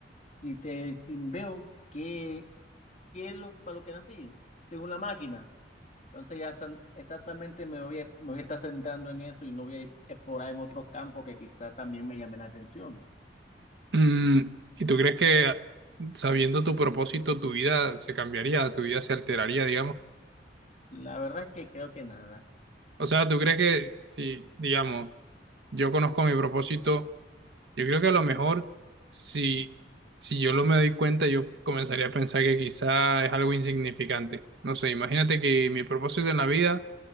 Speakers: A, on the left (about 35°); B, on the right (about 70°).
A: si te si veo que que es lo, para lo que nací, según la máquina. Entonces ya san- exactamente me voy a, me voy a estar centrando en eso y no voy a ir- explorar en otros campos que quizá también me llamen la atención.
B: Mm, ¿y tú crees que sabiendo tu propósito, tu vida se cambiaría, tu vida se alteraría, digamos?
A: La verdad es que creo que nada.
B: O sea, ¿tú crees que si, digamos, yo conozco mi propósito? Yo creo que a lo mejor si, si yo lo me doy cuenta, yo comenzaría a pensar que quizá es algo insignificante. No sé, imagínate que mi propósito en la vida